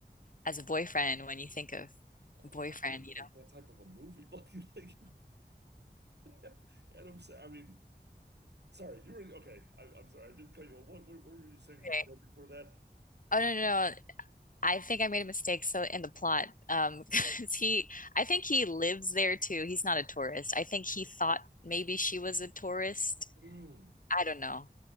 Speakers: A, on the left; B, on the right.
A: as a boyfriend when you think of
B: well,
A: boyfriend,
B: not not
A: you
B: like
A: know?
B: that type of a movie. <laughs> Like, like <laughs> Adam. Sandler. I mean, sorry, you were okay. I, I'm sorry, I did cut you. off. What, what, what were you saying before,
A: Right.
B: before that?
A: Oh no, no, no. I think I made a mistake so in the plot um <laughs> 'cause he I think he lives there too. He's not a tourist. I think he thought maybe she was a tourist.
B: Mm.
A: I don't know.